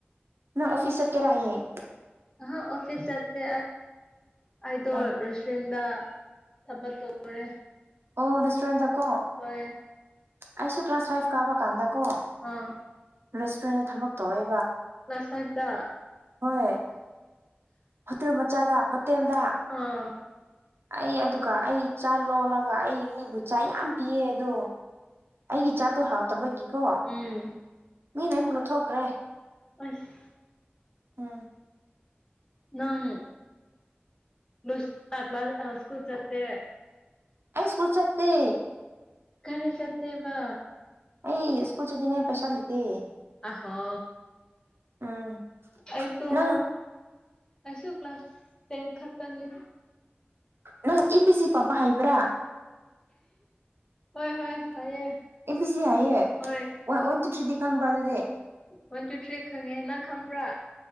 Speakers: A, on the right (about 70°); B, on the left (about 20°).
A: ꯅꯪ ꯑꯣꯐꯤꯁ ꯆꯠꯀꯦꯔ ꯍꯌꯦꯡ
B: ꯑꯍꯥ ꯑꯣꯐꯤꯁ ꯆꯠꯇꯦ ꯑꯩꯗꯣ
A: ꯑꯣ
B: ꯔꯦꯁꯇꯨꯔꯦꯟꯗ ꯊꯕꯛ ꯇꯧꯔꯦ
A: ꯑꯣ ꯔꯦꯁꯇꯣꯔꯦꯟꯗꯀꯣ
B: ꯍꯣꯏ
A: ꯑꯩꯁꯨ ꯀ꯭ꯂꯥꯁ ꯐꯥꯏꯚ ꯀꯥꯕ ꯀꯥꯟꯗ ꯀꯣ
B: ꯑꯥ
A: ꯔꯦꯁꯇꯨꯔꯦꯟꯗ ꯊꯕꯛ ꯇꯧꯋꯦ
B: ꯑꯁꯦꯡꯄ
A: ꯍꯣꯏ ꯍꯣꯇꯦꯜ ꯃꯆꯥꯗ ꯍꯣꯇꯦꯜꯗ
B: ꯑꯥ
A: ꯑꯩ ꯑꯗꯨꯒ ꯑꯩ ꯆꯥ ꯂꯣꯜꯂꯒ ꯑꯩ ꯃꯤꯕꯨ ꯆꯥ ꯌꯥꯝ ꯄꯤꯌꯦ ꯑꯗꯣ ꯑꯩꯒꯤ ꯏꯆꯥꯗꯣ ꯍꯥꯎꯇꯕꯒꯤꯀꯣ
B: ꯎꯝ
A: ꯃꯤꯅ ꯑꯩꯕꯨ ꯂꯧꯊꯣꯛꯈ꯭ꯔꯦ
B: ꯑꯁ
A: ꯎꯝ
B: ꯅꯪ ꯀ꯭ꯂꯥꯁ ꯢꯁꯀꯨꯜ ꯆꯠꯇꯦ
A: ꯑꯩ ꯏꯁꯀꯨꯜ ꯆꯠꯇꯦ
B: ꯀꯔꯤ ꯆꯠꯇꯦꯕ
A: ꯑꯩ ꯏꯁꯀꯨꯜ ꯆꯠꯅꯤꯡ ꯉꯥꯢ ꯄꯩꯁꯥ ꯂꯩꯇꯦ
B: ꯑꯍꯣ
A: ꯎꯝ
B: ꯑꯩꯗꯣ
A: ꯅꯪ
B: ꯑꯁꯨꯛ ꯀ꯭ꯂꯥꯁ ꯇꯦꯟ ꯈꯛ ꯇꯪꯅꯤ
A: ꯅꯪ ꯑꯦ ꯕꯤ ꯁꯤ ꯄꯥꯕꯥ ꯍꯩꯕ꯭ꯔꯥ
B: ꯍꯣꯏ ꯍꯣꯏ ꯍꯩꯌꯦ
A: ꯑꯦ ꯕꯤ ꯁꯤ ꯍꯩꯌꯦ
B: ꯍꯣꯢ
A: ꯋꯥꯟ ꯋꯥꯟ ꯇꯨ ꯊ꯭ꯔꯤꯗꯤ ꯈꯪꯕ꯭ꯔꯥ ꯑꯗꯨꯗꯤ
B: ꯋꯥꯟ ꯇꯨ ꯊ꯭ꯔꯔꯤ ꯈꯪꯉꯦ ꯅꯪ ꯈꯪꯕ꯭ꯔꯥ